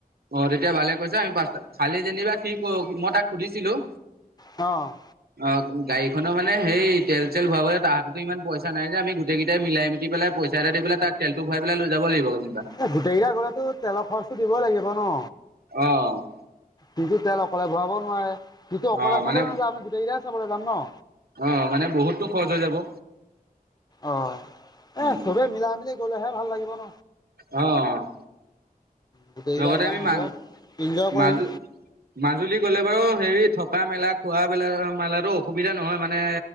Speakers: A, on the right; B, on the left.
A: অ' তেতিয়া ভালে কৈছা আমি পাঁচটাত খালি যেনিবা কি কৰ মই তাক সুধিছিলো
B: অ'।
A: অ গাড়ীখনৰ মানে সেই তেল-তেল ভুৱব তাহাঁতো ইমান পইচা নাই যে আমি গোটেইকেইট মিলাই মতি পেলাই পইচা দি পাই ত তেলটো ভৰাইেলাই লৈ যাব লাগিব যেনিবা।
B: এ গোটেইকেইটা গলেতো তেলৰ খৰচটো দিবই লাগিব ন'
A: অ'
B: সিটো তেল অকলে ভৰাব নোৱাৰে সটো অকলে
A: অ মানে
B: চাবলৈ নাযায় আমি গোটেইকেইটাই চাবলৈ যাম ন।
A: অ' মানে বহুতো খৰচ হৈ যাব
B: অ
A: উম।
B: এ চবে মিলা মিলি গলেহে ভাল লাগিব ন।
A: অ'।
B: গোটেইকেইটা
A: লগতে
B: যাম
A: আমি
B: হ'ব।
A: মাজ-মাজ-মাজুলী
B: ইনজয় কৰিম
A: গ'লে বাৰু হেৰি থকা মেলা খোৱা বেলা মেলাতো অসুবিধা নহয় মানে